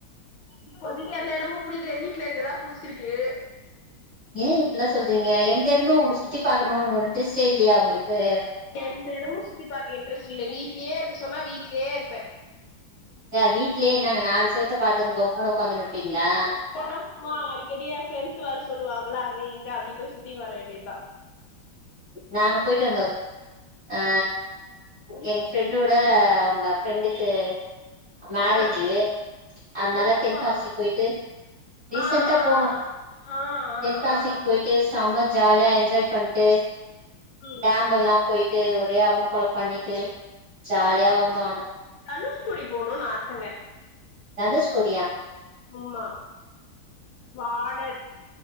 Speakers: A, on the left; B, on the right.
A: இப்போதிக்கு எந்த இடமும் புடிக்ல வீட்ல இருக்குதா புடிச்சிருக்கு
B: ஏ இப்பில்லா சொல்றீங்க எந்த இடமு சுத்தி பாக்கணுனு ஒரு இன்ட்ரெஸ்டே இல்லையா உங்களுக்கு
A: எந்த இடமு சுத்தி பாக்க இன்ட்ரெஸ்ட் இல்ல வீட்லேயே இருக்கு சொன்னா வீட்லேயே இருப்பே
B: ங வீட்லயே என்னாங்க நாளு செவத்த பாத்துன் கம்முனு உக்காந்துனுருப்பீங்ளா
A: ப்போலா சும்மா அடிக்கடி ஏ ஃப்ரெண்ட்ஸ் வர சொல்லுவாங்களா அங்க இங்க அப்டி போய் சுத்தின்னு வர வேண்டியதா
B: நாங்க போயிட்டு வந்தோ ஆ எங்க ஃப்ரெண்டோட அவுங்க ஃப்ரெண்டுக்கு மேரேஜு
A: ஆ
B: அதனால
A: எப்போ
B: தென்காசி போயிட்டு ரீசன்டா
A: ஆ ஆ
B: போனோ
A: ஆ ஆ ஆ
B: தென்காசிக்கு
A: ஆ சொல்
B: போயிட்டு செம ஜாலியா என்ஜாய் பண்ட்டு
A: ம்
B: டேம் எல்லாம் போயிட்டு ஒரே அமக்கலோ பண்ணிட்டு ஜாலியா வந்தோ ஆனா
A: தனுஷ்கோடி போணுன்னு ஆசங்க
B: தனுக்ஷ்கோடியா
A: ஆமா பாடர்